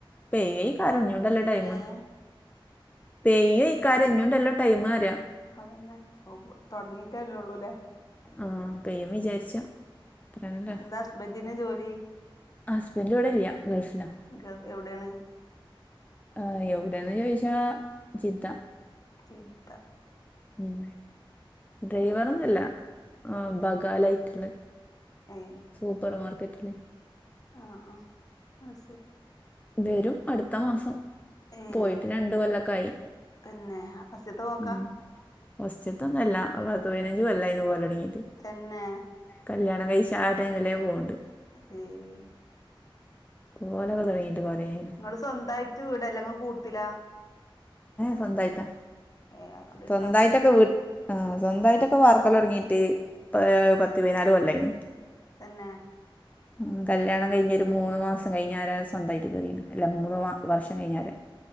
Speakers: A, on the left (about 15°); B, on the left (about 40°).
A: പെയ്യായി കാരോഞ്ഞോണ്ടല്ല ടൈം
B: ഏഹ്
A: പെയ്യ് ഈ കരഞ്ഞോണ്ടാല്ല ടൈം തരാ
B: അതന്നെ <unintelligible> തൊടങ്ങീട്ടല്ലുള്ളൂ അല്ലേ
A: ആഹ് പെയ്യും വിചാരിച്ചാ <unintelligible>
B: ഹസ്‌ബൻ്റിൻ്റെ ജോലി
A: ഹസ്ബൻഡ് ഇവിടെ ഇല്യാ, ഗൾഫിലാ.
B: <unintelligible> എവിടെയാണ്?
A: ആഹ് എവിടെയാന്ന് ചോയിച്ചാ ജിദ്ധ
B: ജിദ്ധ
A: ഉം ഡ്രൈവർ ഒന്നല്ല ആഹ് ബഗാലായിട്ടുള്ള
B: ഏഹ്
A: സൂപ്പർമാർക്കറ്റ്ല്
B: ആഹ് ആഹ് ആഹ് ശരി
A: വരും അടുത്ത മാസം
B: ഏഹ്
A: പോയിട്ട് രണ്ട് കൊല്ലൊക്കായി
B: പിന്നെ ആ ഫസ്റ്റ്ത്തെ പോക്കാ
A: മ്മ്ഹ് ഫസ്റ്റത്തൊന്നല്ല പത്തുപതിനഞ്ച് കൊല്ലായീന് പോഒലോടങ്ങയിട്ട്
B: തന്നെ
A: കല്യാണം കഴിച്ച ആഹ് ടൈമിലേ പോണ്ട്
B: അതെ
A: പോവലെക്കെ തുടങ്ങിട്ട് കുറെയായി
B: നമ്മള് സ്വന്തയിട്ട് വീടല്ലങ്കും കൂടത്തില
A: സ്വന്തായിട്ടാ
B: ഏഹ് അതോണ്ട് പിന്നെ
A: സ്വന്തായിട്ടൊക്കെ
B: കൊഴപ്പല്ല
A: വീട്ട ആഹ് സ്വന്തമായിട്ടൊക്കെ വാർക്കല്ല തുടങ്ങിട്ട് ഇപ്പ പത്ത് പതിനാല് കൊല്ലായിന്
B: തന്നെ
A: മ്മ്ഹ് കല്യാണം കഴിഞ്ഞൊരു മൂന്ന് മാസം കഴിഞ്ഞ ആരാ സ്വന്തമായിട്ട് കേയറീത് അല്ല മൂന്ന് വർഷം കഴിഞാല്